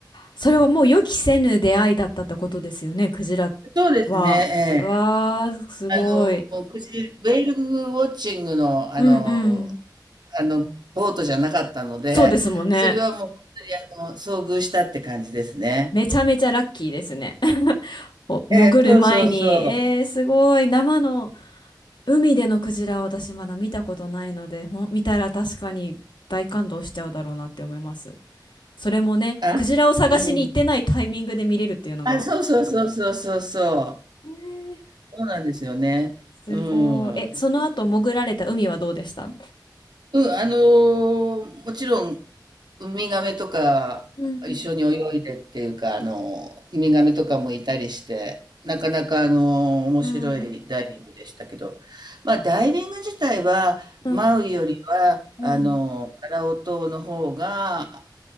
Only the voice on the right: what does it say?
そうですね、
ええ。
あの、くじ、ウェールウォッチングの、あの、
あの、ボートじゃなかったので、
それはもう本当にあの、遭遇したって感じですね。
ええ、そうそうそう。
あ、
うん。あ、そうそうそうそうそうそう。
そうなんですよね。
うん。
うんあのもちろんウミガメとか一緒に泳いでっていうかあのウミガメとかもいたりしてなかなかあの面白いダイビングでしたけどまあダイビング自体はマウイよりはあのカラオ島の方が